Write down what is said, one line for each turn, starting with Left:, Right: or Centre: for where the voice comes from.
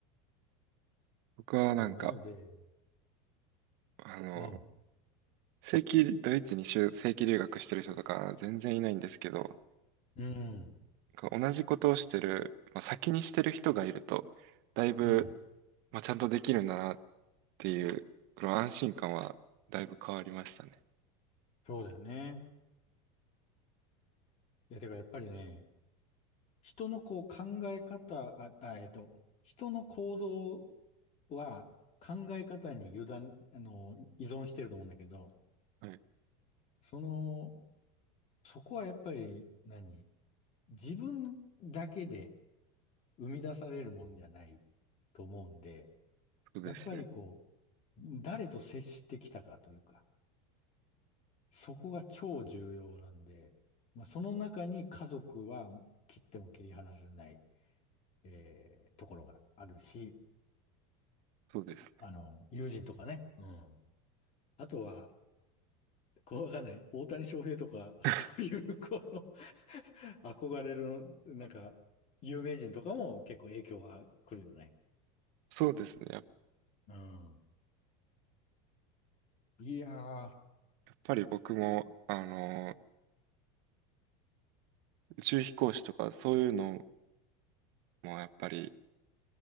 Right: 僕はなんか、
Left: そう、なので、
Right: あの、
Left: うん。
Right: 正規、ドイツに就正規留学してる人とか全然いないんですけど、
Left: うん。
Right: こう同じことをしてる、まあ、先にしてる人がいると、だいぶ、
Left: うん。
Right: まあ、ちゃんとできるんだなっていう、この安心感はだいぶ変わりましたね。
Left: そうだよね。いや、てかやっぱりね、人のこう考え方、あ、あ、えっと、人の行動は考え方に油断、あの、依存してると思うんだけど、
Right: はい、
Left: その、そこはやっぱり何、自分だけで生み出されるものじゃないと思うんで、
Right: そうですね。
Left: やっぱりこう、誰と接してきたかというか、そこが超重要なんで、まあ、その中に家族は切っても切り離せない、えーところがあるし、
Right: そうですね。
Left: あの、友人とかね、うん。あとは、こうわかんない。大谷翔平とか、<laughs> そういう、
Right: <laughs>
Left: この <laughs> 憧れる、なんか、有名人とかも結構影響が来るよね。
Right: そうですね。やっ
Left: うん。いやー、
Right: ぱり僕も、あの、宇宙飛行士とかそういうのもやっぱり、